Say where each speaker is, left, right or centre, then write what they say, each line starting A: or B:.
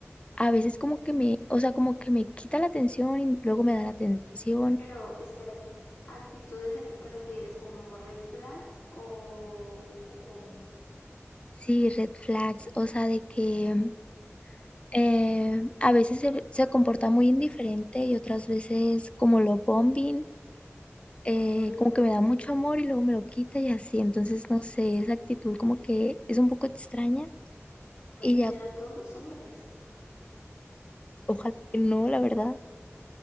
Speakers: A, on the left (about 25°); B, on the left (about 75°).
A: a veces como que me, o sea, como que me quita la atención y luego me da la atención,
B: Pero espérate, ¿actitudes a qué te refieres? ¿Como red flags o, o cómo?
A: sí, red flags, o sea, de que... Eh, a veces se, se comporta muy indiferente y otras veces como lo bombing, eh,
B: Ay,
A: como
B: no,
A: que me da mucho amor y luego me lo quita y así. Entonces, no sé, esa actitud como que es un poco extraña
B: así
A: y ya,
B: serán todos los hombres.
A: ojalá que no, la verdad.